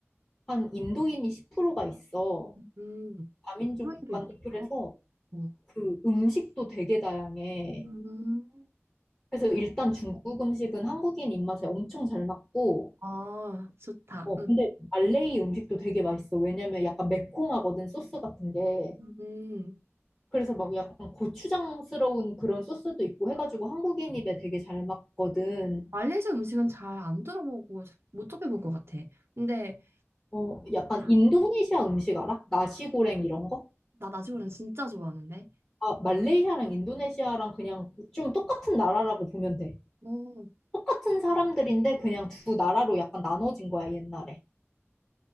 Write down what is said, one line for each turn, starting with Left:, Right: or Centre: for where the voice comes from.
Left: 한 인도인이 10%가 있어.
Right: 응.
Left: 다민족
Right: 인도에도
Left: 국가인데
Right: 있구나.
Left: 그래서
Right: 응.
Left: 그 음식도 되게 다양해.
Right: 음.
Left: 그래서 일단 중국 음식은 한국인 입맛에 엄청 잘 맞고
Right: 아, 좋다.
Left: 어
Right: 음.
Left: 근데 말레이 음식도 되게 맛있어. 왜냐면 약간 매콤하거든 소스 같은 게.
Right: 음.
Left: 그래서 막 약간 고추장스러운 그런 소스도 있고 해가지고 한국인 입에 되게 잘 맞거든.
Right: 말레이시아 음식은 잘 안 들어보고 잘 못 접해본 것 같아. 근데
Left: 어 약간
Right: 아,
Left: 인도네시아 음식 알아? 나시고랭 이런 거?
Right: 나 나시고는 진짜 좋아하는데.
Left: 아, 말레이시아랑 인도네시아랑 그냥 좀 똑같은 나라라고 보면 돼.
Right: 오.
Left: 똑같은 사람들인데 그냥 두 나라로 약간 나눠진 거야, 옛날에.